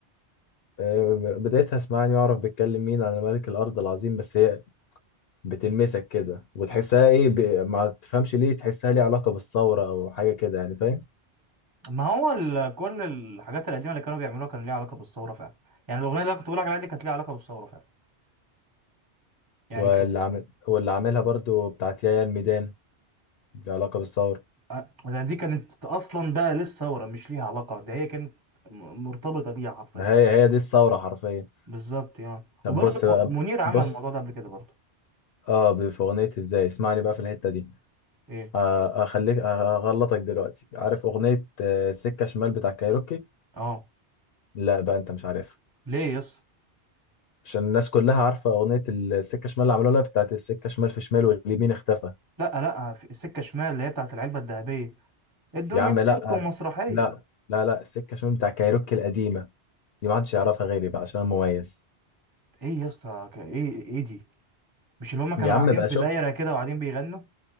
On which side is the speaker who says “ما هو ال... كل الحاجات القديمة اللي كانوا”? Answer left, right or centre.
Right